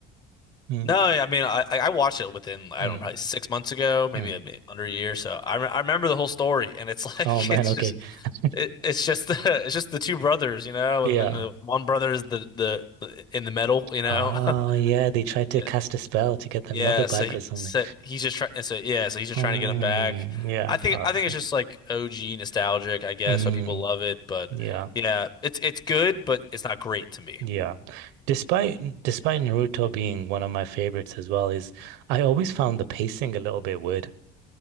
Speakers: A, on the right; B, on the left.
A: Mm,
B: No, I mean, I I I watched it within, I
A: mm,
B: don't know, probably six months ago, maybe,
A: mm.
B: a bit under a year. So I re I remember the whole story, and it's like
A: Oh man,
B: <laughs> it's
A: okay.
B: just
A: <laughs>
B: it, it's just the <laughs> it's just the two brothers, you know,
A: Yeah.
B: and then the one brother is the the, the in the middle, you know.
A: Oh
B: <laughs>
A: yeah, they tried to
B: Yeah,
A: cast a spell to get their
B: yeah.
A: mother back
B: So he
A: or something.
B: so he's just trying. So yeah, so he's just
A: Mm,
B: trying to get him back.
A: yeah.
B: I think
A: Oh,
B: I
A: so-
B: think it's just like OG nostalgic, I guess,
A: Mm,
B: so people love it. But
A: yeah.
B: yeah, it's it's good, but it's not great to me.
A: Yeah. Despite despite Naruto being one of my favorites as well, is I always found the pacing a little bit weird.